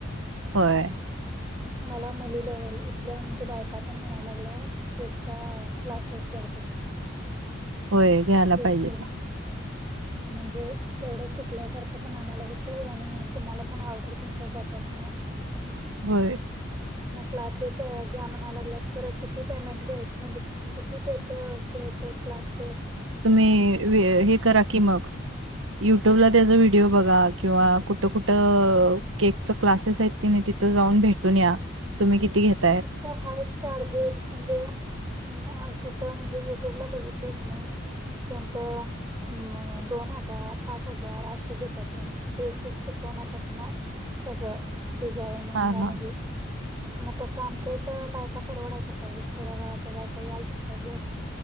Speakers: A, on the right (about 80°); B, on the right (about 15°).
A: होय.
B: मला मुलीला इथल्या म्हणजे बायका त ये म्हणायला लागल्यात. केकच्या क्लासेस घ्या तुम्ही.
A: होय घ्यायला
B: केकचे
A: पाहिजे स
B: म्हणजे? तेवढं शिकल्यासारखं पण आम्हाला होतंय आणि तुम्हाला पण ऑर्डर तुमच्या जातात. म्हणून
A: बरं.
B: मग क्लासेस घ्या म्हणा लागला. त पर किती? पेमेंट घ्या म्हणजे किती त्याच घ्यायचं? क्लासच.
A: तुम्ही हे करा की मग. युट्यूबला त्याचा व्हिडिओ बघा किंवा कुठं कुठं केक च क्लासेस आहेत. तिने तिथं जाऊन भेटून या तुम्ही किती घेत?
B: कितक हाई चार्जेस म्हणजे हम् तिथं म्हणजे युट्यूबला बघितलंय की नाही त्यांच. हम दोन हजार पाच हजार असे घेता. त त्यांनी बेसिक शिकवण्यापासन सगळं डिझायनिंग
A: हा
B: आणि
A: हा.
B: हे. मग तसं आमच्या इथ बायका परवडाय तर पाहिजेत खेड्या गावातल्या बाई. का आल तर पाहिजे